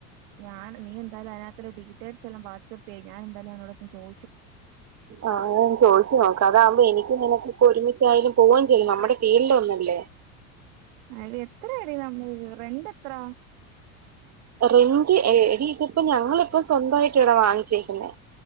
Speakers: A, on the right; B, on the right.
A: ഞാൻ നീ എന്തായാല അതിനക ഡീറ്റെയിൽസ് എല്ലാം വാട്സആപ്പ് ചെയ്യ് ഞാൻ എന്തായാലും അവനോടൊപ്പം ചോ
B: ആഹ ഞാൻ ചോദിച്ചു നോക്കാ. കഥകുമ്പോ എനിക്ക് നിനകൊക്കെ ഒരുമിച്ചായാലും പോവു ചെയ്യും നമ്മുടെ ഫീൽഡ്‌ ഒന്നല്ലേ.
A: അത് എത്രായിടി നമ്മ് രണ്ട് എത്ര.
B: റെന്റ് എടി ഇതിപ്പോ ഞങ്ങളിപ്പ സ്വന്തമായിട്ട് ഇവിടെ വാങ്ങിച്ചേക്കുന്നെ.